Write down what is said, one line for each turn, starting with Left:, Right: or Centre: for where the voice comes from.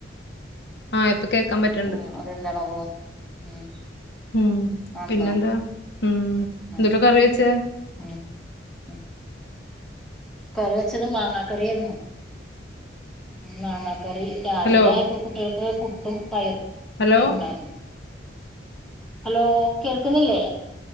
Left: ആ ഇപ്പ ക്കേക്കമ്പറ്റണ്‌ണ്ട്
Centre: ആഹ് അതെന്താണാവോ ഉം
Left: ഉം
Centre: ആഹ്
Left: പിന്നെന്താ ഉം
Centre: ഉം
Left: എന്തുട്ടാ കറിവെച്ചെ?
Centre: ഉം ഉം കറി വെച്ചത് മാങ്ങാകറിയിരുന്നു ഉം മാങ്ങാ കറി രാവിലെ
Left: ഹലോ
Centre: കുട്ട്യാൾക്ക് പുട്ടും പയറും.
Left: ഹലോ
Centre: ണ്ടായിരുന്നു ഹലോ കേൾക്കുന്നില്ലേ?